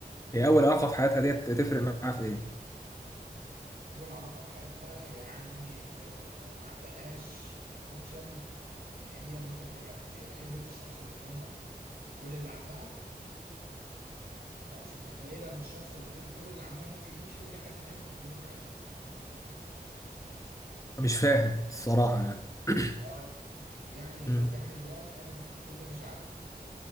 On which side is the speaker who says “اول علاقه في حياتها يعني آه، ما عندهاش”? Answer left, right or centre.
Right